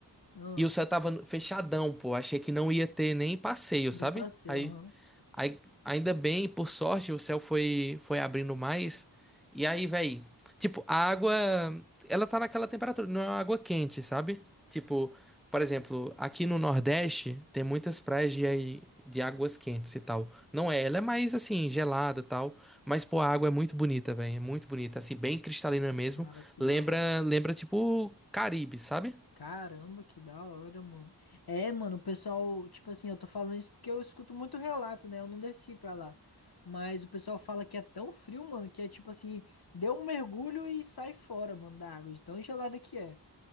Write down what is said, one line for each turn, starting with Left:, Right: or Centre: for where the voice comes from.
Left: Ah,
Centre: E o céu tava fechadão, pô. Achei que não ia ter nem passeio,
Left: nem
Centre: sabe?
Left: passei,
Centre: Aí,
Left: aham.
Centre: aí ainda bem, por sorte, o céu foi, foi abrindo mais. E aí, véi, tipo, a água, ela tá naquela temperatura, não é uma água quente, sabe? Tipo, por exemplo, aqui no Nordeste tem muitas praias de, de águas quentes e tal. Não é, ela é mais assim, gelada e tal. Mas, pô, a água é muito bonita, véi. É muito bonita, assim, bem cristalina mesmo.
Left: Cara, que
Centre: Lembra,
Left: da hora.
Centre: lembra, tipo, Caribe, sabe?
Left: Caramba, que da hora, mano. É, mano, o pessoal, tipo assim, eu tô falando isso porque eu escuto muito relato, né? Eu não desci pra lá. Mas o pessoal fala que é tão frio, mano, que é tipo assim, deu um mergulho e sai fora, mano, da água, de tão gelada que é.